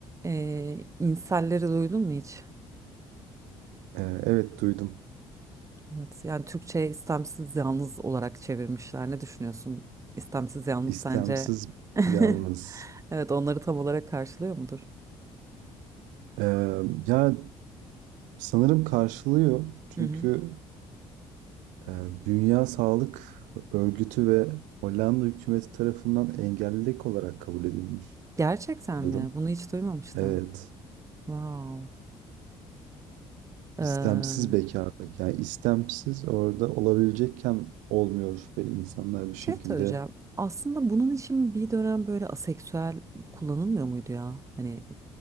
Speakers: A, on the right (about 25°); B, on the right (about 75°).
A: Ee, inselleri duydun mu hiç?
B: Eee, evet duydum.
A: Evet, yani Türkçe istemsiz yalnız olarak çevirmişler. Ne düşünüyorsun? İstemsiz yalnız
B: İstemsiz
A: sence? <laughs>
B: yalnız.
A: Evet, onları tam olarak karşılıyor mudur?
B: Eee, ya sanırım karşılıyor. Çünkü
A: Hı hı.
B: eee, Dünya Sağlık Örgütü ve Hollanda hükümeti tarafından engellilik olarak kabul edilmiş
A: Gerçekten
B: bu durum.
A: mi? Bunu hiç duymamıştım.
B: Evet.
A: Wow. Ee,
B: İstemsiz bekarlık. Yani istemsiz orada olabilecekken olmuyor ve insanlar bir
A: bir
B: şekilde
A: şey söyleyeceğim. Aslında bunun için bir dönem böyle aseksüel kullanılmıyor muydu ya? Hani